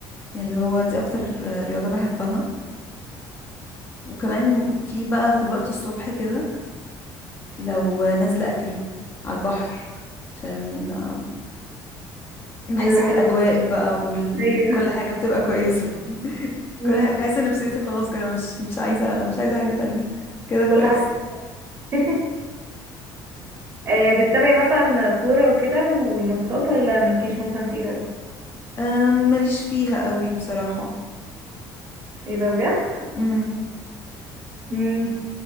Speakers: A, on the left; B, on the right.
A: يعني اللي هو دي اكتر رياضة بحبها وكمان في بقى في الوقت الصبح كده لو نازلة اجري على البحر عشان آم، بحس
B: بيبقى
A: بالاجواء
B: حلو
A: بقى وكل
B: هي
A: كل حاجة بتبقى كويسة <laughs>
B: مم.
A: كل حاجة بحس ان نفسيتي خلاص كده أنا مش مش عايزة مش عايزة حاجة تانية كده كويس
B: كل حاجة <laughs> آه بتتابعي مثلا كورة وكده والماتشات ولا مالكيش مثلا فيها
A: أم، ماليش فيها قوي بصراحة
B: ايه ده بجد؟
A: امم
B: مم.